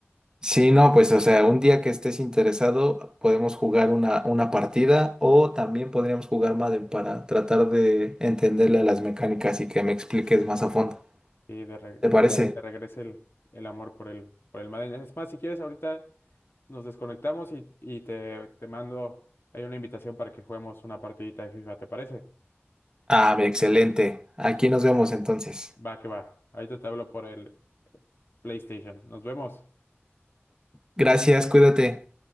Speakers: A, on the right (about 15°); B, on the left (about 55°).
A: Sí, no, pues o sea, un día que estés interesado podemos jugar una, una partida o también podríamos jugar Madden para tratar de entenderle a las mecánicas y que me expliques más a fondo.
B: Y de, re-
A: ¿Te parece?
B: de que te regrese el, el amor por el, por el Madden. Es más, si quieres, ahorita nos desconectamos y, y te, te mando, hay una invitación para que juguemos una partidita de FIFA, ¿te parece?
A: Ah, excelente. Aquí nos vemos entonces.
B: Va que va. Ahorita te hablo por el PlayStation. Nos vemos.
A: Gracias, cuídate.